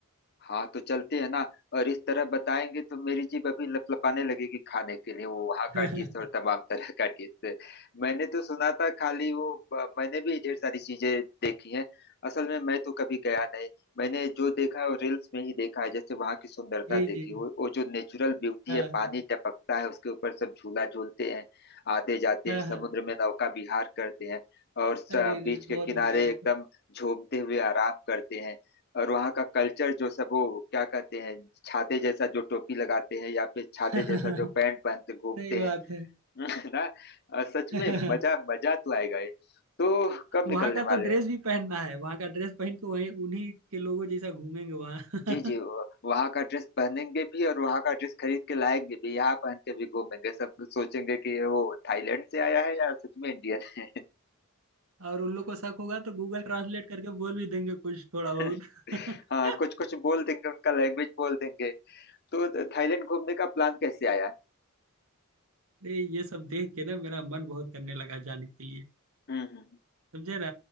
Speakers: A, on the left (about 45°); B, on the right (about 70°).
A: हाँ तो चलते हैं ना और इस तरह बताएंगे तो मेरी जीभ अभी लपलपाने लगेगी खाने के लिए वो वहाँ
B: <laughs>
A: का डिश और तमाम तरह का डिश मैंने तो सुना था खाली वो ब- मैंने भी ढेर सारी चीजें देखी हैं असल में मैं तो कभी गया नहीं मैंने जो देखा है वो रील्स में ही देखा है जैसे वहाँ की सुंदरता
B: जी
A: देखी
B: जी
A: वो वो जो नेचुरल ब्यूटी
B: हाँ
A: है
B: हाँ
A: पानी टपकता है उसके ऊपर सब झूला झूलते हैं आते जाते
B: हाँ
A: हैं समुद्र
B: हाँ
A: में नौका विहार करते हैं और स-
B: अरे
A: बीच
B: रे
A: के
B: बहुत
A: किनारे
B: बढ़िया है
A: एकदम झूमते हुए आराम करते हैं और वहाँ का कल्चर जो सब वो क्या कहते हैं छाते जैसा जो टोपी लगाते हैं या फिर छाते
B: <laughs>
A: जैसा जो पैंट
B: सही
A: पहनते घूमते
B: बात
A: हैं
B: है
A: <laughs> ना अ, सच
B: <laughs>
A: में मजा मजा तो आएगा ही तो कब
B: वहां
A: निकलने
B: का
A: वाले
B: तो ड्रेस
A: हैं
B: भी पहनना है वहां का ड्रेस पहन के वहीं उन्हीं के लोगों जैसा घूमेंगे वहां
A: जी जी वो- वहाँ का ड्रेस पहनेंगे भी और वहाँ का ड्रेस खरीद के लाएंगे भी यहाँ पहन के भी घूमेंगे सब सोचेंगे कि वो थाईलैंड से आया है या सच में इंडियन है
B: <laughs> और उन लोग को शक होगा तो गूगल ट्रांसलेट करके बोल भी देंगे कुछ थोड़ा बहुत
A: <laughs> हाँ कुछ
B: <laughs>
A: कुछ बोल देंगे उनका लैंग्वेज बोल देंगे तो थाईलैंड घूमने का प्लान कैसे आया
B: नहीं ये सब देख के ना मेरा मन बहुत करने लगा जाने के
A: हम्म हम्म
B: समझे ना